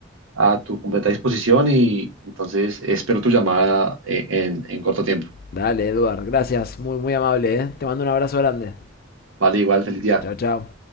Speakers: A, on the right; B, on the left.
A: a tu completa disposición y entonces espero tu llamada eh, en, en corto tiempo.
B: Dale, Eduard, gracias, muy, muy amable, ¿eh? Te mando un abrazo grande.
A: Vale, igual, feliz día.
B: Chao, chao.